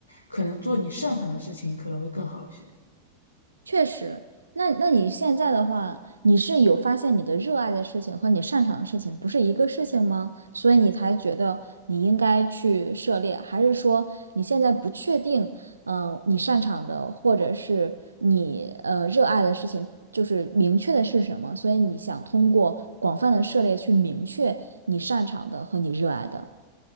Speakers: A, on the left; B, on the right.
A: 可能做你擅长的事情可能会更好一些。
B: 确实，那那你现在的话，你是有发现你的热爱的事情和你擅长的事情不是一个事情吗？所以你才觉得你应该去涉猎，还是说你现在不确定，嗯、你擅长的或者是你呃热爱的事情就是明确的是什么？所以你想通过广泛的涉猎去明确你擅长的和你热爱的。